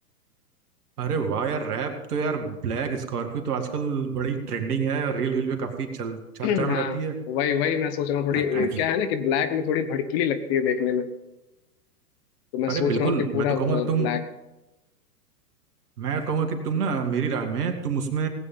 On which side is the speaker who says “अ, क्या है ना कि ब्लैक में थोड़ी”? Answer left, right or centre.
Left